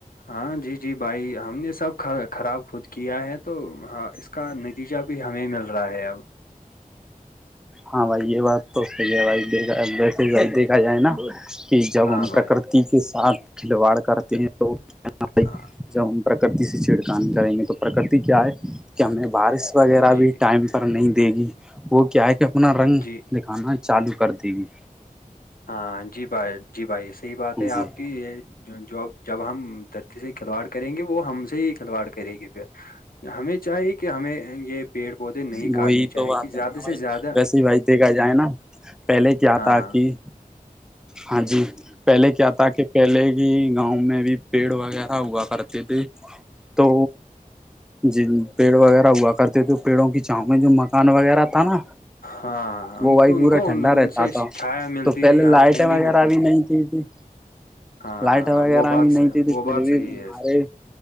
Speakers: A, on the left; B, in the centre.
A: ہاں جی جی بھائی ہم نے سب خراب خود کیا ہے تو ہاں کا نتیجہ بھی ہمیں مل رہا ہے اب
B: ہاں بھائی یہ بات تو صحیح ہے بھائی دیکھ دیکھا جائے نا کہ جب
A: ہاں
B: ہم
A: بھائی
B: پرکرتی کے ساتھ کھلواڑ کرتے ہیں تو جب
A: ہاں
B: ہم پرکرتی سے چھڑکان کریں گے تو پرکرتی کیا ہے کہ ہمیں بارش وغیرہ
A: جی
B: بھی
A: جی
B: ٹائم پر نہیں دے گی وہ کیا ہے کہ اپنا رنگ
A: جی
B: دکھانا چالو کر دے گی
A: ہاں جی بھائی جی بھائی صحیح بات ہے
B: جی
A: آپ کی یہ جو جب ہم دھرتی سے کھلواڑ کریں گے وہ ہم سے ہی کھلواڑ کرے گی پھر ہمیں چاہیے کہ ہمیں یہ پیڑ پودے نہیں
B: وہی
A: کاٹنے چاہیے
B: تو بات
A: کہ زیادہ
B: ہے نا بھائی
A: سے زیادہ
B: ویسے ہی بھائی دیکھا جائے نا پہلے کیا
A: ہاں
B: تھا کہ
A: <unintelligible>
B: ہاں جی پہلے کیا تھا کہ پہلے ہی گاؤں میں بھی پیڑ وغیرہ ہوا کرتے تھے تو جی پیڑ وغیرہ ہوا کرتے تو پیڑوں کی چاؤ میں جو مکان وغیرہ تھا نا
A: ہاں
B: وہ
A: ان
B: وہی
A: کو ان
B: پورا
A: کو
B: ٹھنڈا
A: ان ان
B: رہتا
A: سے
B: تھا
A: چھایا ملتی
B: تو پہلے
A: تھی یہاں
B: لائٹیں
A: ٹھنڈی
B: وغیرہ
A: ملتی
B: بھی
A: تھی
B: نہیں ت
A: ہاں
B: لائٹ وغیرہ
A: وہ بات
B: بھی
A: سے
B: نہیں تھی ت
A: وہ
B: پھر
A: بات
B: بھی
A: صحیح
B: مارے
A: ہے